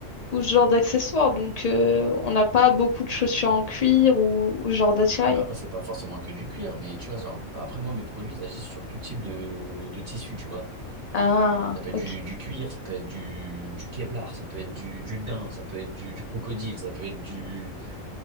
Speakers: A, on the left; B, on the right.
A: ou ce genre d'accessoires. Donc, euh, on n'a pas beaucoup de chaussures en cuir ou, ou ce genre d'attirail.
B: Non, mais après, c'est pas forcément que du cuir, mais tu vois, genre, après, moi, mes produits, ils agissent sur tout type de, de tissu, tu vois.
A: Ah,
B: Ça peut
A: ok.
B: être du, du cuir, ça peut être du, du Kevlar, ça peut être du, du daim, ça peut être du, du crocodile, ça peut être du